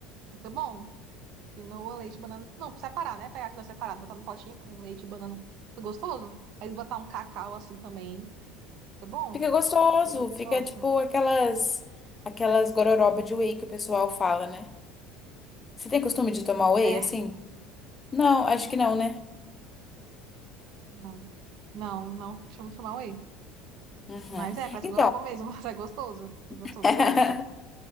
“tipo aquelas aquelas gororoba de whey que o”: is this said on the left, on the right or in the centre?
Left